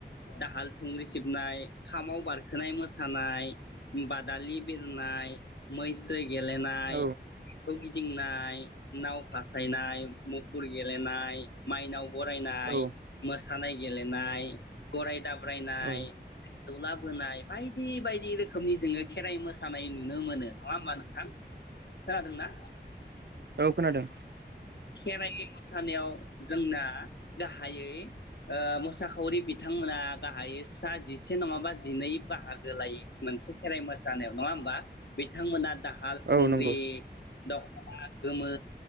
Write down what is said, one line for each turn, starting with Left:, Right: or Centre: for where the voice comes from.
Left: दाहाल थुंग्रि सिबनाय खामाव बारखोनाय मोसानाय बा दालि बिरनाय मैसोग गेलेनाय
Right: औ
Left: खौ गिद दिंनाय नाव फासायनाय मुफुर गेलेनाय माइनाव बरायनाय
Right: औ
Left: मोसानाय गेलेनाय गराय दाब ब्रारायनाय
Right: औ
Left: दौलाबोनाय बायदि बायदि रोखोमनि जोङो खेराइ मोसानाय नु नुनो मोनो नङा ओमबा नोंथां खोनादों ना।
Right: औ खोनादों
Left: खेराइ मोसानायाव जोंना गाहायै ओ मोसाखावरि बिथांमोना गाहायै सा जिसे नङाबा जिनै बाहागो लायो मोनसे खेराइ मोसानायाव नङा ओमबा बिथांमोना दाहाल थुंग्रि
Right: औ नंगौ
Left: दखना गोमो